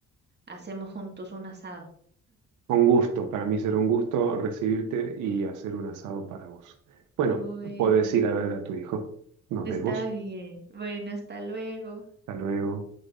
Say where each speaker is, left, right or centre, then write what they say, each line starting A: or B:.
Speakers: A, on the right; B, on the right.
A: hacemos juntos un asado.
B: con gusto. Para mí será un gusto recibirte y hacer un asado para vos. Bueno,
A: Bueno,
B: podés ir a ver a tu hijo. Nos
A: está
B: vemos.
A: bien. Bueno, hasta luego.
B: Hasta luego.